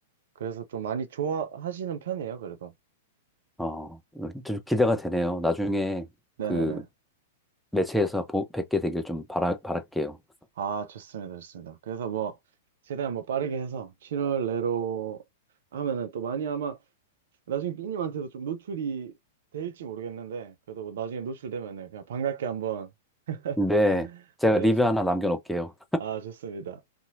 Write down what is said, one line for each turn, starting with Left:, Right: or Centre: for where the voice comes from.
Right: 그래서 좀 많이 좋아하시는 편이에요 그래도
Centre: 어, 좀 기대가 되네요. 나중에
Right: 네네네
Centre: 그 매체에서 보- 뵙게 되길 좀 바라, 바랄게요.
Right: 아 좋습니다 좋습니다 그래서 뭐 최대한 뭐 빠르게 해서 7월 내로 하면은 또 많이 아마 나중에 삐님한테도 좀 노출이 될지 모르겠는데 그래도 뭐 나중에 노출되면은 그냥 반갑게 한번
Centre: 네.
Right: <laughs>
Centre: 제가
Right: 네
Centre: 리뷰 하나 남겨놓을게요.
Right: 아 좋습니다